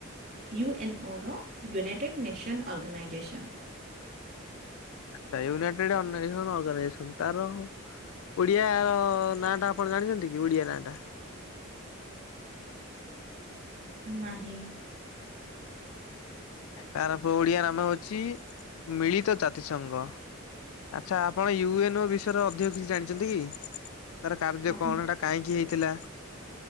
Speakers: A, on the right; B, on the left.
A: U N O ରୋୟୁନାଇଟେଡ୍ nation organisation.
B: ସାଇ ୟୁନାଇଟେଡ୍ ଅନନାଇଜେସନ୍ ଅର୍ଗାଇ ନେସନ୍ ତାର ଓଡିଆର ନାଁଟା ଆପଣ ଜାଣିଛନ୍ତି କି, ଓଡିଆ ନାଁ ଟା?
A: ନାହିଁ।
B: ତାର ଓଡିଆ ନାମ ହେଉଛି ମିଳିତ ଜାତି ସଂଘ। ଆଚ୍ଛା ଆପଣ ୟୁ ଏନ ଓ ବିଷୟର ଅଧିକ କିଛି ଜାଣିଛନ୍ତି କି? ତାର କାର୍ଯ୍ୟ
A: ଆପଣ
B: କଣ ହେଟା କାହିଁକି ହେଇଥିଲା?